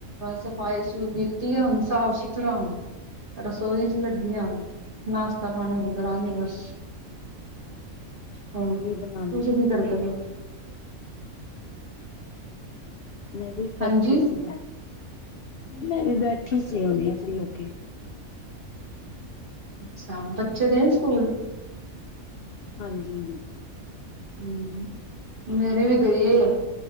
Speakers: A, on the right (about 35°); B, on the left (about 65°).
A: ਸਫ਼ਾਈ ਸਫਈ ਕੀਤੀ ਹੁਣ ਸਾਫ ਸੁਥਰਾ ਹੁਣ ਰਸੋਈ ਚ ਲੱਗੀਆਂ ਨਾਸ਼ਤਾ ਪਾਣੀ ਹੁਣ ਕਰਾਂਗੇ ਬਸ
B: <inaudible>
A: ਹੋਰ
B: ਬਣਾਉਣੇ
A: ਤੁਸੀਂ ਕੀ ਕਰਦੇ ਪਏ
B: ਮੈਂ ਵੀ ਬੈਠੀ
A: ਹਾਂਜੀ
B: ਸੀ ਮੈਂ ਵੀ ਬੈਠੀ ਸੀ ਹੁਣੇ ਫਰੀ ਹੋ ਕੇ
A: ਅੱਛਾ ਬੱਚੇ ਗਏ ਸਕੂਲ
B: ਹਾਂਜੀ ਹਾਂਜੀ
A: ਹੂ ਮੇਰੀ ਵੀ ਗਈ ਹੈ